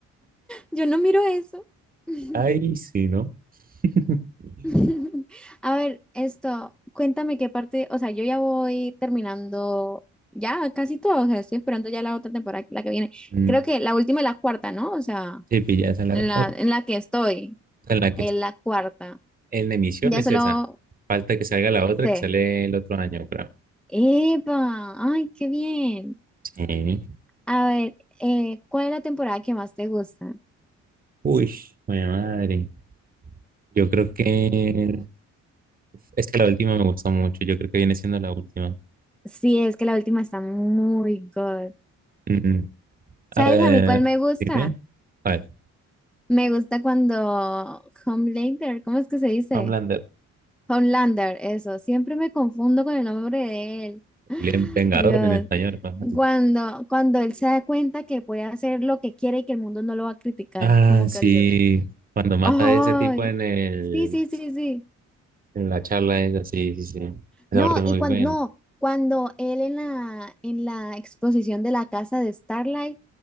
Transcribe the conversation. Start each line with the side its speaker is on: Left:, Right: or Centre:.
Centre: yo no miro eso. <laughs>
Right: Ay, sí, ¿no? <laughs>
Centre: <laughs> A ver, esto, cuéntame qué parte, o sea, yo ya voy terminando ya casi todo, o sea, estoy esperando ya la otra temporada, la que viene.
Right: Mm,
Centre: Creo que la última y la cuarta, ¿no? O sea,
Right: Sí, pilla, esa es la,
Centre: en la,
Right: oh,
Centre: en la que estoy,
Right: esa es la que
Centre: en la cuarta.
Right: en la emisión
Centre: Ya
Right: es
Centre: solo
Right: esa. Falta que salga la otra
Centre: sé.
Right: que sale el otro año, creo.
Centre: ¡Epa! ¡Ay, qué bien!
Right: Sí.
Centre: A ver, eh, ¿cuál es la temporada que más te gusta?
Right: Uy, mi madre. Yo creo que es que la última me gustó mucho. Yo creo que viene siendo la última.
Centre: Sí, es que la última está muy good.
Right: Mm,
Centre: ¿Sabes
Right: eh,
Centre: a mí cuál me gusta?
Right: dime. ¿Cuál?
Centre: Me gusta cuando Homelander, ¿cómo es que se dice?
Right: Homelander.
Centre: Homelander, eso. Siempre me confundo con el nombre de él. <gasps>
Right: El Vengador
Centre: Dios.
Right: en español. más fácil.
Centre: Cuando, cuando él se da cuenta que puede hacer lo que quiere y que el mundo no lo va a criticar.
Right: Ah,
Centre: Como
Right: sí.
Centre: que... lo-
Right: Cuando mata
Centre: ¡Ay!
Right: a ese tipo en el,
Centre: Sí, sí, sí, sí.
Right: en la charla es así, sí, sí. Esa
Centre: No,
Right: parte es
Centre: y
Right: muy
Centre: cuando,
Right: buena.
Centre: no, cuando él en la, en la exposición de la casa de Starlight